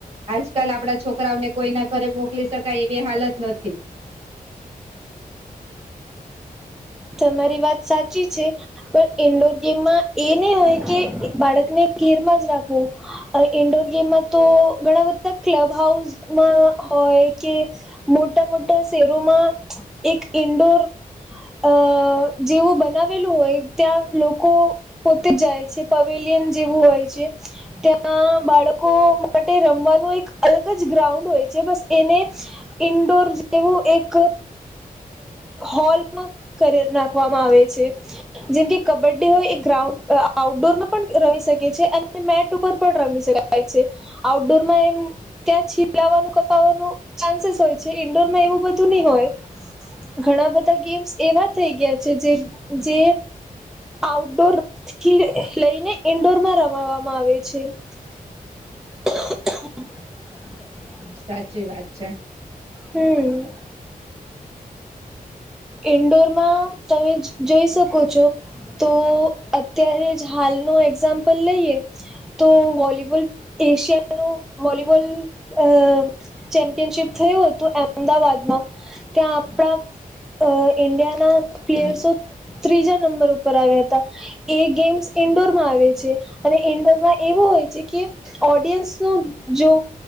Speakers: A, on the right; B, in the centre.
A: આજકાલ આપણા છોકરાઓને કોઈના ઘરે મોકલી શકાય એવી હાલત નથી
B: તમારી વાત સાચી છે પણ ઈન્ડોર ગેમમાં એ ની હોય કે બાળકને ઘેરમાં જ રાખવું ઇન્ડોર ગેમમાં તો ઘણા બધા ક્લબ હાઉસમાં હોય કે મોટા મોટા શહેરોમાં એક ઇન્ડોર અ જેવું બનાવેલું હોય ત્યાં લોકો પોતે જ જાય છે પવેલિયન જેવું હોય છે ત્યાં બાળકો માટે રમવાનું એક અલગ જ ગ્રાઉન્ડ હોય છે બસ એને ઇન્ડોર જેવું એક અ હોલમાં કરી નાખવામાં આવે છે જેમકે કબડ્ડી હોય એ ગ્રાઉન્ડ આઉટડોરમાં પણ રમી શકે છે અને મેટ ઉપર પણ રમી શકે છે થાઈ છે આઉટડોરમાં એમ ત્યાં છીપલાવાનું કપાવાનું ચાન્સીસ હોય છે ઈન્ડોર માં એવું બધું નહી હોય ઘણા બધા ગેમ્સ એવા થઈ ગયા છે જે આઉટડોર થી લઈને ઈન્ડોર માં રમાવામાં આવે છે <inaudible>
A: સાચી વાત છે
B: હમ ઇન્ડોરમાં તમે જઈ શકો છો તો અત્યારે જ હાલનો એક્ઝામ્પલ લઈએ તો વોલીબોલ એશિયા ન વોલીબોલ અ ચેમ્પિયનશીપ થયું હતું અમદાવાદમાં ત્યાં આપણા ઇન્ડિયાના પ્લેયર્સો ત્રીજા નંબર ઉપર આવ્યા હતા એ ગેમ્સ ઈન્ડોર માં આવે છે અને ઈન્ડોર માં એવો હોય છે કે ઓડિયન્સ નું જો